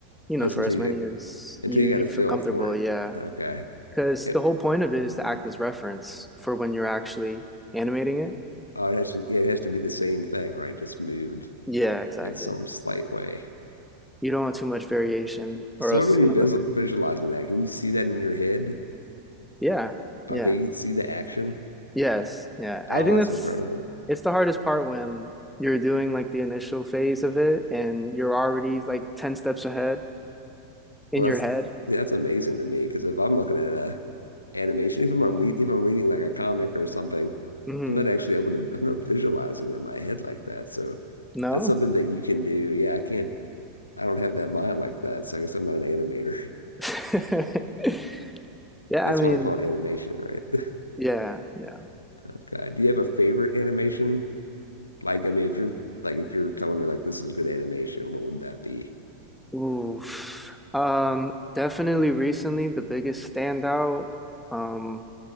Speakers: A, in the centre; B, on the left.
A: you know,
B: Just
A: for
B: until
A: as
B: you
A: many
B: get
A: as
B: until
A: you
B: you got
A: you
B: a feel
A: feel comfortable,
B: for it.
A: yeah.
B: Okay.
A: Because
B: It,
A: the whole point of it is to act as reference for when you're actually animating it.
B: uh, it has to yeah, it has to be the same thing, right? Just moved
A: Yeah, exactly.
B: in some slight way.
A: You don't want too much variation, or
B: So
A: else
B: what when
A: it's gonna
B: you're visual,
A: look.
B: visualizing that, can you see that in your head?
A: Yeah, yeah,
B: Okay, you can see the action.
A: yes, yeah.
B: Oh,
A: I think
B: that's
A: that's
B: incredible.
A: it's the hardest part when you're doing like the initial phase of it and you're already like 10 steps ahead in
B: Well, that's
A: your head.
B: yeah, that's amazing to me because if I'm looking at a animation, even if I'm re if I'm reading like a comic or something,
A: hmm
B: I'm not actually able to. I'm not visualizing it in my head like that. So
A: No?
B: that's something that you can do. Yeah, I can't. I don't have that mind like that. So I guess I'm not an animator. <laughs>
A: <laughs> Yeah,
B: That's
A: I mean,
B: why they call it animation, right? <laughs>
A: yeah, yeah.
B: Okay. Do you have a favorite animation? Like, I mean, if you're like if you're telling me like this is good animation, what would that be?
A: Oof. Um, definitely recently the biggest standout, um,